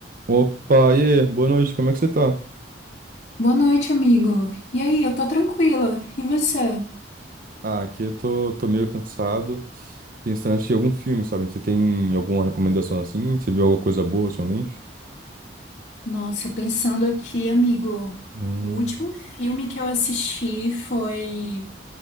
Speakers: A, on the right; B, on the left.
A: Opa, e aí? Boa noite, como é que você tá?
B: Boa noite, amigo. E aí, eu tô tranquila. E você?
A: Ah, aqui eu tô, tô meio cansado, pensando em assistir algum filme, sabe? Você tem alguma recomendação assim? Você viu alguma coisa boa ultimamente?
B: Nossa, pensando aqui, amigo,
A: Hum,
B: o último filme que eu assisti foi